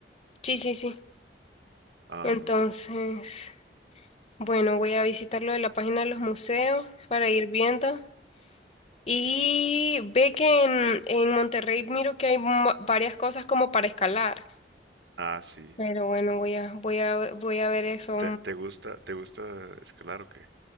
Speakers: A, on the left; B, on the right.
A: Sí, sí, sí.
B: Am,
A: Entonces, bueno, voy a visitar lo de la página de los museos para ir viendo. Y ve que en, en Monterrey miro que hay mu- varias cosas como para escalar.
B: ah, sí.
A: Pero bueno, voy a, voy a, voy a ver eso
B: ¿Te, te gusta, te gusta escalar o qué?